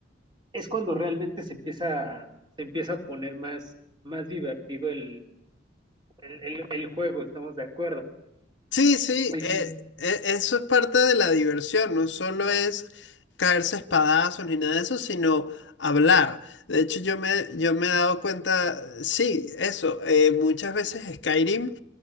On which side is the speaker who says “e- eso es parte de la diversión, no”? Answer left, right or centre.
Left